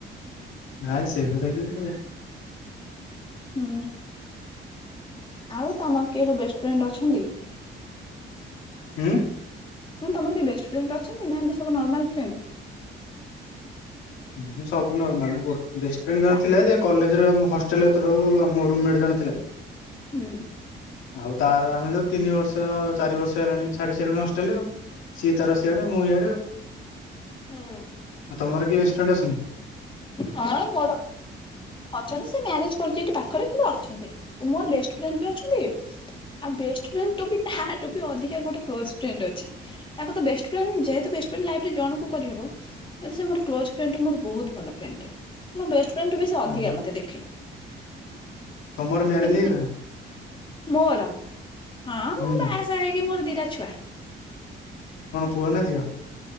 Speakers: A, on the left; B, on the left.
A: ନାଇଁ ସେଗୁରା କିଏ କରିବ।
B: ହୁଁ। ଆଉ ତମର କିଏ ସବୁ ବେଷ୍ଟଫ୍ରେଣ୍ଡ ଅଛନ୍ତି?
A: ଉଁ?
B: ମାନେ ତମର କିଏ ବେଷ୍ଟଫ୍ରେଣ୍ଡ ଅଛନ୍ତି ନା, ଏମତି ସବୁ ନର୍ମାଲ୍ ଫ୍ରେଣ୍ଡ?
A: ହଁ ସବୁ ନର୍ମାଲ। ଗୋ ବେଷ୍ଟଫ୍ରେଣ୍ଡ ଜଣେ
B: ନା
A: ଥିଲା ଯେ, କଲେଜ୍ ଜରେ ଆମ ହଷ୍ଟେଲରେ ଯେତେ ରହୁ ଆମ ରୁମମେଟ୍ ଜଣେ ଥିଲା।
B: ହୁଁ।
A: ଆଉ ତାର ଆମେ ଯୋଉ ତିନି ବର୍ଷ, ଚାରି ବର୍ଷ ହେଲାଣି ଛାଡି ସାରିଲୁଣି ହଷ୍ଟେଲ ଆଉ। ସିଏ ତାର ସିଆଡେ, ମୁଁ ଇଆଡେ ଆଉ।
B: ହୁଁ।
A: ଆଉ ତମର କିଏ ବେଷ୍ଟଫ୍ରେଣ୍ଡ ଅଛନ୍ତି?
B: ହଁ ମୋର ଅଛନ୍ତି, ସେ ମ୍ୟାରେଜ କରିଛି ଏଇଠି ପାଖରେ କିନ୍ତୁ ଅଛନ୍ତି। ମୋର ବେଷ୍ଟଫ୍ରେଣ୍ଡ ବି ଅଛନ୍ତି ଆଉ ବେଷ୍ଟଫ୍ରେଣ୍ଡଠୁ ତାଠୁ ବି ଅଧିକା ଗୋଟେ କ୍ଲୋଜ ଫ୍ରେଣ୍ଡ ଅଛି। ତାକୁ ତ ବେଷ୍ଟଫ୍ରେଣ୍ଡ, ଯେହେତୁ ବେଷ୍ଟଫ୍ରେଣ୍ଡ ଲାଇଫରେ ଜଣକୁ କରିହବ କିନ୍ତୁ ସେ ମୋର କ୍ଲୋଜଫ୍ରେଣ୍ଡଠୁ ମୋର ବହୁତ ଭଲ ଫ୍ରେଣ୍ଡଟେ। ମୋ ବେଷ୍ଟଫ୍ରେଣ୍ଡଠୁ ବି ସେ ଅଧିକା
A: ଓହୋ
B: ମତେ ଦେଖେ।
A: ତମର ମ୍ୟାରେଜ
B: କିନ୍ତୁ
A: ହେଇଗଲାଣି
B: ଯି ମୋର, ହଁ ମୁଁ
A: ହୁଁ।
B: ବାହାସାହା ହେଇକି ମୋର ଦିଟା ଛୁଆ।
A: କଣ ପୁଅ ନା ଝିଅ?